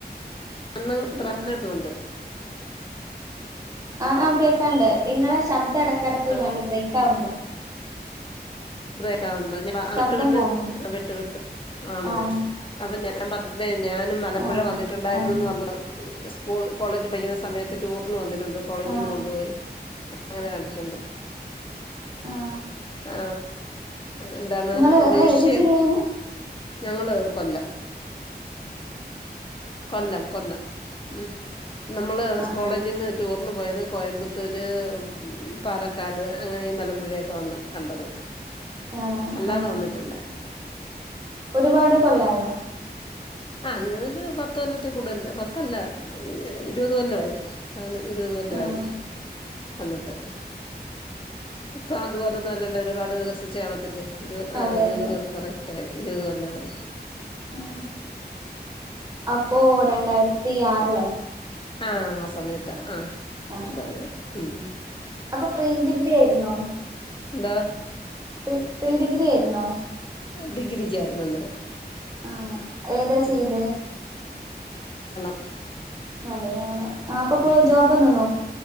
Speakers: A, on the left; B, on the right.
A: അന്ന ഇത്രക്ക്
B: ആഹ്
A: തോണ്ട്
B: ആ ആ കേക്കാണ്ട് ഇന്നലെ ശബ്ദം ഇടക്കിടക്ക്
A: ഹലോ
B: നല്ല ബ്രേക് ആവണ്ട്
A: ബ്രേക്ക് ആകുന്നുണ്ടോ ഞ
B: ശബ്ദം
A: വിട്ട് വിട്ട്
B: പോകുന്നുണ്ട്
A: വിട്ട് വിട്ട് ആണോ
B: ആഹ്
A: അപ്പൊ ഞാൻ പ അതെ ഞാനും മലമ്പുഴ
B: ആഹ്
A: വന്നിട്ടുണ്ടായിരുന്നന്ന്
B: ആഹ്
A: പറഞ്ഞ സ്കൂള്.. കോളേജ് പഠിക്കുന്ന സമയത്ത് ടൂറിന് വന്നിട്ടുണ്ട് കോളേജിൽ
B: ആഹ്
A: നിന്ന് കൊണ്ടുപോയി. അങ്ങനെ കണ്ടിട്ടുണ്ട്.
B: ആഹ്
A: ആ എന്താണ്
B: ഇങ്ങള് ഇങ്ങള്
A: റേഷ്യ
B: ഏത് ജില്ലേന്ന്
A: ഞങ്ങള് കൊല്ലം കൊല്ലം കൊല്ലം ഉം നമ്മള്
B: ആഹ്
A: കോളേജിന്ന്
B: ആഹ്
A: ടൂർ പോയത് കോയമ്പത്തൂര് പാലക്കാട് അങ്ങനെ ഈ മലമ്പുഴയൊക്കെ വന്ന് കണ്ടത്.
B: ആഹ്
A: അല്ലാതെ
B: ആഹ്
A: വന്നിട്ടില്ല.
B: ഒരുപാട് കൊല്ലായോ?
A: ആഹ ഞാൻ പത്ത് കൊല്ലത്തിൽ കൂടുതലായി പത്തല്ല ഇരുപത് കൊല്ലമായി അങ്ങനെ ഇരുപത് കൊല്ലായി
B: ആഹ്
A: വന്നിട്ട് ഇപ്പൊ അതുപോലെന്നുല്ലല്ലോ ഒരുപാട് വികസിച്ച് കാണത്തില്ലേ? ഇരു ആ
B: അതെ
A: ഇരുപത്
B: അതെ
A: കൊല്ല കറക്ട് ആയി ഇരുപത് കൊല്ലായി
B: ഉ അപ്പോ രണ്ടായിരത്തി ആറിലോ
A: ആഹ ആ സമയത്ത് ആഹ്
B: ആഹ്
A: അതെതെ ഉം
B: അപ്പൊ പ്രീ ഡി ഗ്രി ആയിരുന്നോ?
A: ന്താ
B: പി പ്രീ ഡിഗ്രി ആയിരുന്നോ?
A: ഡിഗ്രിക്കായിരുന്നു അന്നേരം.
B: ആഹ ഏതാ ചെയ്തെ?
A: ഉം <unintelligible>
B: മലയാളം ആ അപ്പൊപ്പോ
A: ഉം
B: ജോബ് വന്നു ണ്